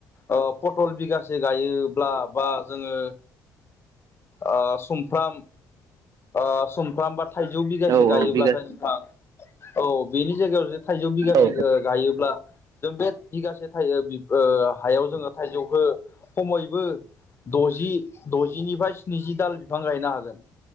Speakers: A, on the left; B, on the right.
A: ओ पटल बिगासे गायोब्ला बा जोङो आ सुमफ्राम ओ सुमफ्राम बा थाइजौ बिगासे
B: औ
A: गायोब्लाथाय
B: औ बिगासे
A: नोंथां औ बेनि जायगायाव थाइजौ बिगासे
B: औ
A: ओ गायोब्ला जों बे बिगासे थाइ ओ हायाव जोङो थायजौखो खमैबो द जि द'जिनिफ्राय स्निजि दाल बिफां गायनो हागोन।